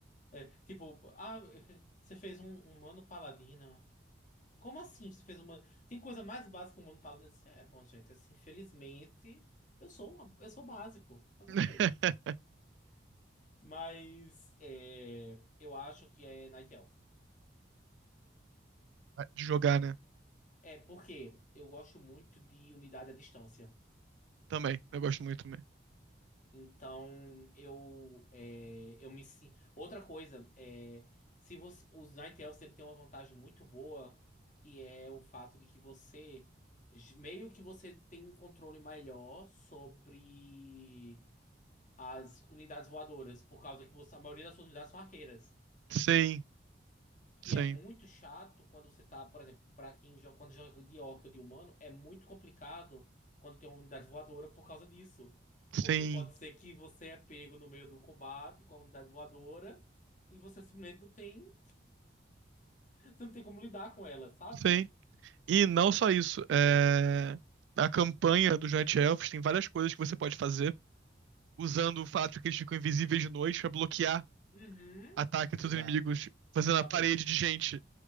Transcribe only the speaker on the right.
<laughs>
De jogar, né?
Também, eu gosto muito também.
Sim,
sim,
sim,
sim. E não só isso, é... a campanha dos Night Elves tem várias coisas que você pode fazer usando o fato de que eles ficam invisíveis de noite pra bloquear
ataques
dos inimigos, fazendo
a parede de gente